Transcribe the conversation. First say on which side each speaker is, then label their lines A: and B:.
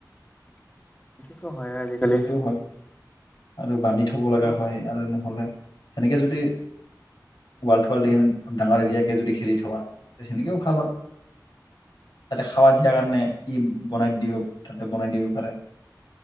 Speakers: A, on the left; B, on the left.
A: ক <inaudible> হয় আজিকালি।
B: সেইটো হয় আৰু বান্ধি থ থব লগা
A: আৰু
B: হয় আৰু নহলে সেনেকে যদি, ৱালথুৱাল দি সে ডাঙৰ এৰিয়াকে যদি খেৰি থোৱা, সেনেকেও ভাল হয়, তাতে খাৱা দিয়া কাৰণে কি বনাই দিয়ও তাতে বনাই দিব পাৰে।